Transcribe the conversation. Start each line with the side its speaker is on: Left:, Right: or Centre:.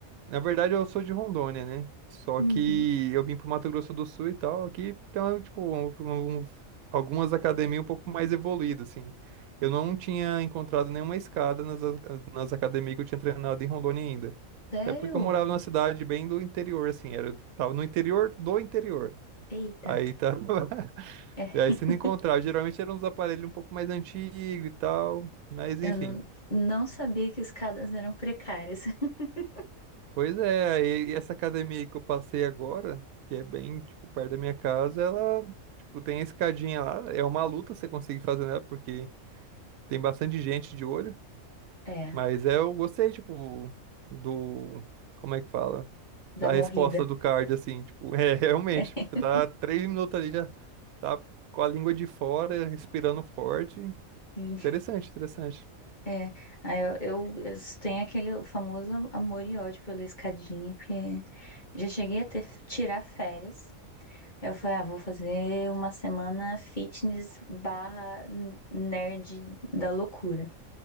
Right: na verdade,
Left: é,
Right: eu sou de Rondônia, né? Só
Left: Uhum.
Right: que eu vim pro Mato Grosso do Sul e tal, aqui tem, uma, tipo, um- um- um, algumas academias um pouco mais evoluídas, assim. Eu não tinha encontrado nenhuma escada nas, a- nas academias que eu tinha treinado em Rondônia ainda.
Left: Sério?
Right: Até porque eu morava numa cidade bem do interior, assim, era, tava no interior do interior.
Left: Eita.
Right: Aí tá. <laughs>
Left: É, <laughs>
Right: E aí, se não encontrava, geralmente eram uns aparelhos um pouco mais antigos e tal. Mas
Left: eu
Right: enfim.
Left: não, não sabia que escadas eram precárias. <laughs>
Right: Pois é, aí essa academia aí que eu passei agora, que é bem, tipo, perto da minha casa, ela, tipo, tem a escadinha lá. É uma luta você conseguir fazer nela, porque tem bastante gente de olho.
Left: É,
Right: Mas é, eu gostei, tipo, do. Como é que fala?
Left: da
Right: Da
Left: morrida.
Right: resposta do card, assim, tipo, <laughs> é realmente,
Left: <laughs>
Right: tipo, você tá três minutos ali já tá com a língua de fora, respirando forte.
Left: Sim,
Right: Interessante, interessante.
Left: é. Aí eu, eu, eu tenho aquele famoso amor e ódio pela escadinha, porque já cheguei a ter, tirar férias. Eu falei, ah, vou fazer uma semana fitness barra nerd da loucura.